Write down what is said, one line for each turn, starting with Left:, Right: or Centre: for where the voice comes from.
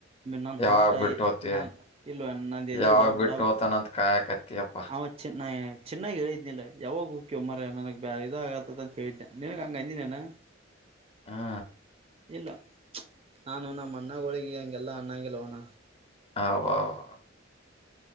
Right: ನಾನು
Left: ಯಾವಾಗ
Right: ಹಾಟ್ ಆಯಿ
Left: ಬಿಟ್ಟು ಹೋತಿಯ
Right: ನ ಇಲ್ವಾ ನ ಎದ
Left: ಯಾವಾಗ
Right: ಡಬ್
Left: ಬಿಟ್ಟು
Right: ಡಬ್
Left: ಹೋತಾನಂತ ಕಾಯಕತ್ತಿಯಪ್ಪಾ
Right: ಅವ ಚಿನ್ನ ಯಾ ಚೆನ್ನಾಗ್ ಹೇಳಿದ್ನಿಲ್ಲ ಯಾವಾಗ ಉಕ್ಕ್ಯಮ್ಮರ ನನಗ್ ಇದ ಆಗತ್ತದಂತ ಕಿದನ ನನ್ಗ್ ಹಂಗ ಅಂದಿನೇನ
Left: ಹಾ
Right: ಇಲ್ಲ ನಾನು ನಮ್ಮ ಅಣ್ಣಗೋಳಿಗೆ ಹಗೆಲ್ಲ ಅನ್ನಾಗಿಲ್ವೋಣ
Left: ಹ <inaudible>